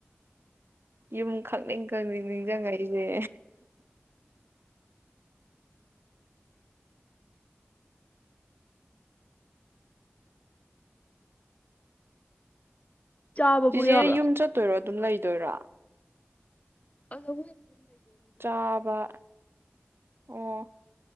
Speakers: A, on the right (about 60°); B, on the left (about 30°).
A: ꯌꯨꯝ ꯈꯪꯅꯤꯡ ꯈꯪꯅꯤꯡ ꯅꯤꯡꯁꯤꯡꯉꯏꯁꯦ
B: ꯆꯥꯕꯕꯨ
A: ꯆꯤꯆꯦ
B: ꯌꯥꯕ꯭ꯔꯥ
A: ꯌꯨꯝ ꯆꯠꯇꯣꯏꯔꯣ ꯑꯗꯨꯝ ꯂꯩ ꯗꯣꯏꯔ
B: ꯑꯗꯣ
A: ꯆꯥꯕ ꯑꯣ